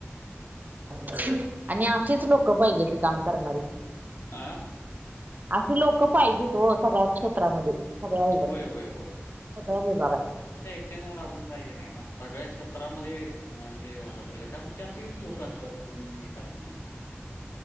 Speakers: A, on the right; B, on the left.
A: <unintelligible> आणि अशीच लोक पाहिजे ते काम करणारी.
B: आ
A: <inaudible> असे लोक पाहिजेत हो सगळ्याच क्षेत्रामध्ये. सगळ्या
B: होय होय होय.
A: <unintelligible>
B: त्यांना राबून काही हे नाही ना. सगळा क्षेत्रामध्ये हे झालं पाहिजे, कारण त्यातलीच लोक असतात कोण हे करणारी.